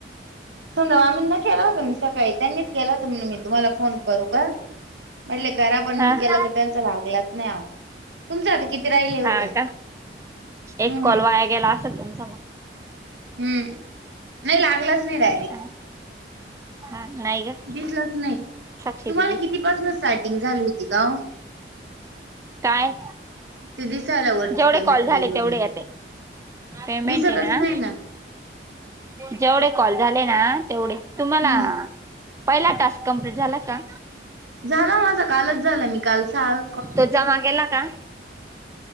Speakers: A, on the right; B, on the right.
A: समजा आम्ही ना केला होत मी सकाळी त्यांनीच केला होता म्हणून मी तुम्हाला फोन करू का म्हटले करा पण
B: हा
A: मी केला
B: हा
A: तर त्यांचा लागलाच नाही ह तुमच आता किती राहिले होते
B: हा का एक
A: हम्म
B: कॉलवाया गेला असेल तुमचा मग
A: हम्म नाही लागलाच नाही डायरेक्ट
B: हा, हा नाहीय ग
A: दिसलाच नाही
B: साक्षी
A: तुम्हाला
B: दिदी
A: कितीपासून स्टार्टिंग झाली होती का
B: काय
A: ते दिसायला वरती
B: जेवढे
A: पेमेंट
B: कॉल झाले
A: वगैरे
B: तेवढे येत पेमेंट
A: दिसतच
B: आहे ना.
A: नाही
B: जेवढे कॉल झाले ना तेवढे तुम्हाला.
A: हम्म
B: पहिला टास्क कम्प्लीट झाला का.
A: झाला माझा कालच झालं मी काल चाल.
B: तो जमा केला का.